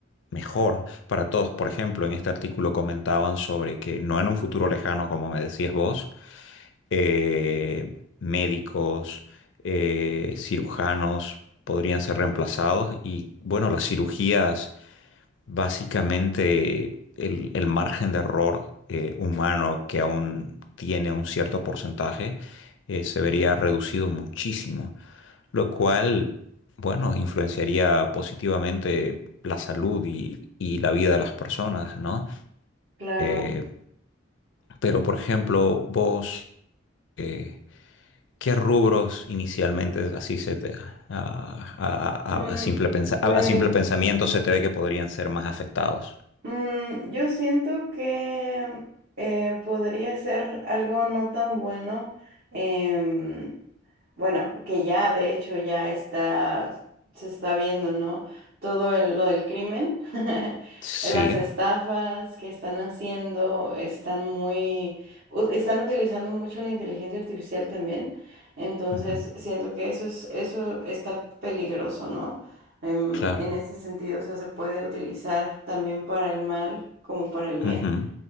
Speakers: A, on the left; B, on the right.
A: mejor para todos. Por ejemplo, en este artículo comentaban sobre que no en un futuro lejano, como me decías vos, eh, médicos, eh, cirujanos podrían ser reemplazados y bueno, las cirugías Básicamente, el, el margen de error eh, humano que aún tiene un cierto porcentaje eh, se vería reducido muchísimo, lo cual, bueno, influenciaría positivamente la salud y, y la vida de las personas, ¿no?
B: claro.
A: Eh, pero, por ejemplo, vos, eh, ¿qué rubros inicialmente así se te, a, a- a-
B: Mm,
A: a simple pensa-
B: pues.
A: a a simple pensamiento se te ve que podrían ser más afectados?
B: Mm, yo siento que eh, podría ser algo no tan bueno. em, bueno, que ya de hecho ya está, se está viendo, ¿no? Todo el- lo del crimen, <laughs>
A: Sí.
B: las estafas que están haciendo, están muy, u- están utilizando mucho la inteligencia artificial también. Entonces,
A: Ujú,
B: siento que eso es, eso está peligroso, ¿no? Em,
A: Claro,
B: en ese sentido, o sea, se puede utilizar también para el mal como para el bien.
A: ujú,